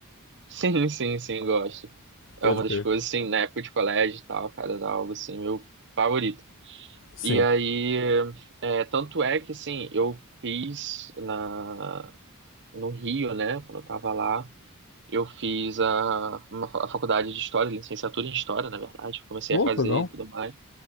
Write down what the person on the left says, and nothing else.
Pode
crer.
Sim.
Pô,
que legal.